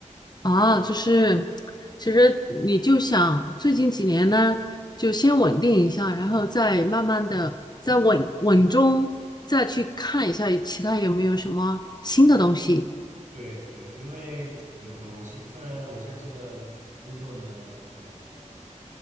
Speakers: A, on the left; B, on the right.
A: 啊，就是其实你就想最近几年呢，就先稳定一下，然后再慢慢的再稳稳中再去看一下其他有没有什么新的东西。
B: 对对，因为怎么说，我现虽然我现在这个工作呢，呃，